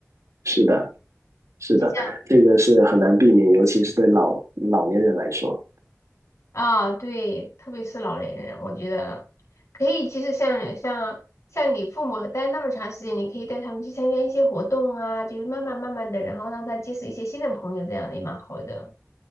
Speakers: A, on the right; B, on the left.
A: 是的，是的，
B: 就这样
A: 这个是很难避免，尤其是对老老年人来说。
B: 啊，对，特别是老年人，我觉得可以，其实像像像你父母待那么长时间，你可以带他们去参加一些活动啊，就是慢慢慢慢的，然后让他结识一些新的朋友，这样也蛮好的。